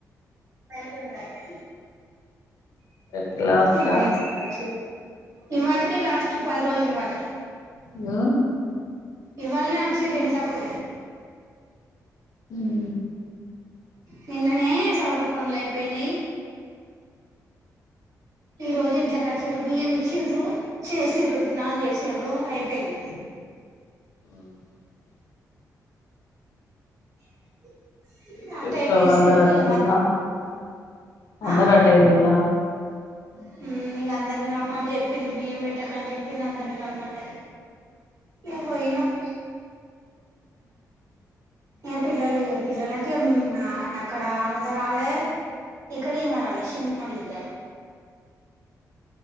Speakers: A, on the right; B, on the left.
A: పైకి పోయింది లహరి
B: ఎక్కడికి లాస్టా
A: మరి ఇంత ఖర్చు ఇవాటికే లాస్ట్ పది రోజులు ఇ వాటికే
B: ఇగో
A: ఇవ్వాలనే వచ్చిరు ఇంట్లకు
B: ఉము
A: నిన్ననే సౌర పనులు అయిపోయింన ఈ రోజు ఇంట్లోకి వచ్చిర బియ్యం ఇచ్చ్రు చేసిర్రు దినాలు చేసిరు అయిపోయింది
B: <inaudible>
A: <inaudible> అటే
B: చుట్టోలందరూ
A: పిలిసిన్రు
B: వచ్చిల్లా
A: ఇగా మధుహ్నము
B: అందరు
A: అ
B: అటే పోయిల్లా
A: నక అందరినీ రమ్మని చెప్పింది బియ్యం పెట్టక అని చెప్పింది అందరినీ రమ్మండి అని నువ్ బోయినవ్
B: <inaudible>
A: ఏ పిల్లలు ఏ పిల్లలు అంటే అక్కడ ఆమెద రాలే ఇక్కడే ఈమె రాలే చిన్న వాళ్ళిద్దరు
B: <inaudible>